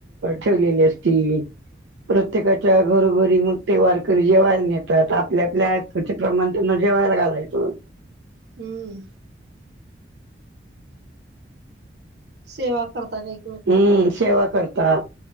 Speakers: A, on the right; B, on the right.
A: ठेवलेली असती. प्रत्येका.
B: हम्म
A: च्या घरोघरी मग ते वारकरी जेवायला नेतात आपल्या आपल्या ऐकाच्या प्रमाण त्यांना जेवायला घालायचो.
B: हम्म. सेवा करता व्यक्त.
A: हम्म सेवा करतात